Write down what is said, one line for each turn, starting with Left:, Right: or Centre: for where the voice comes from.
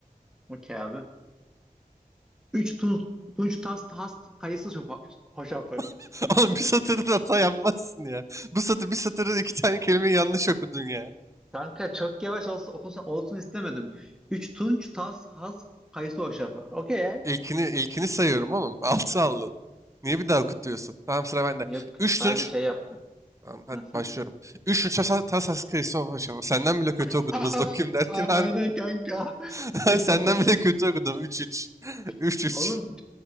Centre: Okey abi. 3 tun, Tunç Tast Hast kayısı şofa- hoşafı.
Right: <laughs> Oğlum bir satırda hata yapmazsın ya. Bu satır bir satırda iki tane kelimeyi yanlış okudun ya.
Centre: Kanka çok yavaş olsun, olsun, olsun istemedim. 3 Tunç Tas Has kayısı hoşafı. Okey ya.
Right: İlkini, ilkini sayıyorum oğlum. <laughs> Altı aldın. Niye bir daha okutuyorsun? Tamam sıra bende.
Centre: Yok
Right: Üç
Centre: sadece
Right: tunç...
Centre: şey yaptım.
Right: Tamam hadi
Centre: Hı hı.
Right: başlıyorum. Üç tunç tasa tasas kıyısı başa. Senden bile kötü
Centre: <laughs>
Right: okudum.
Centre: A-
Right: Hızlı okuyayım derken harbi.
Centre: Aynen kanka.
Right: <laughs>
Centre: Tek
Right: Senden
Centre: satır.
Right: bile kötü okudum. Üç üç. <laughs> Üç
Centre: <laughs>
Right: üç.
Centre: Oğlum